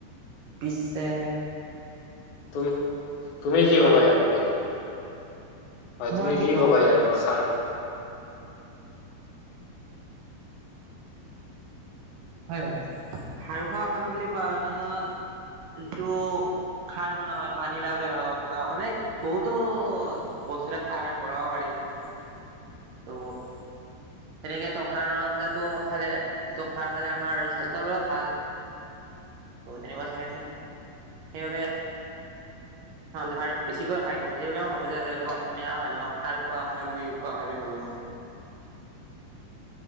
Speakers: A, on the right; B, on the left.
A: পিছে
B: তুমি-তুমি কি
A: কোৱা
B: ক'বা
A: কোৱা
B: ইয়াৰ ওপৰত? হয়,
A: মই
B: তুমি কি
A: ক
B: ক'বা ইয়াৰ ওপৰত, খাৰ
A: হয় হয়, খাৰখোৱা অসমীয়া বুলি কোৱা হয়, কাৰণ, যিটো খাৰ বনোৱা হয়, পানী লাউৰে হওঁক বা অনেক বহুতো বস্তুৰে খাৰ বনাব পাৰি। <unintelligible> ত', তেনেকেতো খাৰৰ আঞ্জাটো খালে যিটো খাৰ খালে আমাৰ স্বাস্থ্যৰ বাবেও ভাল, ত' তেনেকুৱা চাগে সেই <inaudible> খাৰ বেছিকৈ খাই, সেইবাবে মই ভাবো যে তেওঁলোকক অসমীয়া মানুহক খাৰ খোৱা অসমীয়া বুলি কোৱা হয় বুলি ভাবো মই। হয়